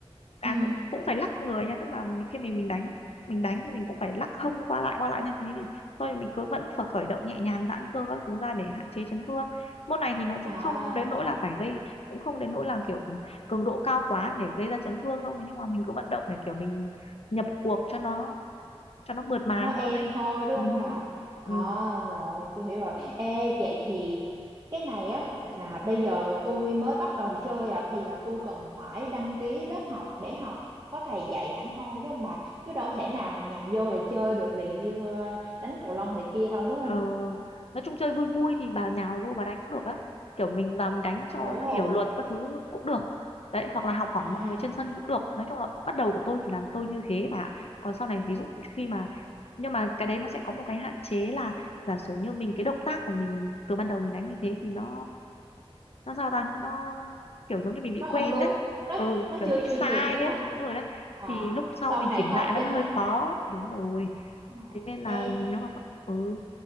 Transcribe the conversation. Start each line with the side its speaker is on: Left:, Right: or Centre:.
Left: À
Right: Ừ.
Left: cũng cũng phải lắc người nha, tức là khi mình mình đánh mình đánh thì mình cũng phải lắc hông qua lại qua lại nha thì thì thôi mình cứ vẫn phải khởi động nhẹ nhàng giãn cơ các thứ ra để hạn chế chấn thương. Môn này thì nó cũng
Right: À,
Left: không đến nỗi là phải gây cũng không đến nỗi là kiểu cường độ cao quá để gây ra chấn thương đâu Thế nhưng mà mình cứ vận động để kiểu mình nhập cuộc cho nó cho nó mượt mà
Right: nói
Left: hơn
Right: em
Left: đấy.
Right: thôi đúng
Left: Ừ.
Right: không
Left: hứ.
Right: bà? À,
Left: Ừ.
Right: rồi, tôi hiểu rồi. Ê, vậy thì cái này á là bây giờ tôi mới bắt đầu chơi à thì là tôi cần phải đăng ký lớp học để học có thầy dạy hẳn hoi đúng không bà? Chứ đâu thể nào mà nhào vô là chơi được liền như ờ, đánh cầu lông này kia đâu đúng
Left: Ờ,
Right: không?
Left: nói chung chơi vui vui thì bà nhào vô bà đánh cũng được á kiểu mình vào mình đánh cho
Right: Ồ,
Left: nó hiểu luật các thứ cũng được đấy hoặc là học hỏi
Right: à,
Left: mọi người trên sân cũng được nói chung là bắt đầu của tôi thì là tôi như thế mà còn sau này ví dụ khi mà nhưng mà cái đấy nó sẽ có một cái hạn chế là giả sử như mình cái động tác của mình từ ban đầu mình đánh như thế thì nó nó sao ta nó kiểu giống như mình bị
Right: nó
Left: quen
Right: không đúng.
Left: đấy
Right: Nó
Left: ừ
Right: nó
Left: kiểu
Right: chưa
Left: nó bị
Right: chuyên
Left: sai
Right: nghiệp đúng
Left: á
Right: không?
Left: đúng rồi đấy
Right: Ờ,
Left: thì lúc sau
Right: sau
Left: mình
Right: này
Left: chỉnh
Right: khó
Left: lại nó
Right: chỉnh
Left: hơi
Right: lắm.
Left: khó đúng rồi
Right: Đúng rồi.
Left: thế nên là
Right: Ê,
Left: nếu mà có- ừ